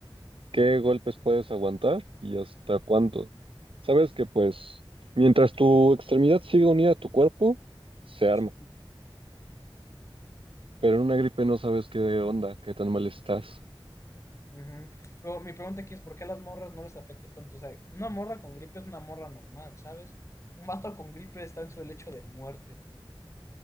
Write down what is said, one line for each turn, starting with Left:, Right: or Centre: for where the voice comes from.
Right: qué golpes puedes aguantar y hasta cuánto. Sabes que pues mientras tu extremidad siga unida a tu cuerpo, se arma,
Left: Sí,
Right: pero en una gripe no sabes qué onda, qué tan mal estás.
Left: Ujú. Pero mi pregunta aquí es, ¿por qué a las morras no les afecta tanto? O sea, una morra con gripe es una morra normal, ¿sabes? Un vato con gripe está en su lecho de muerte.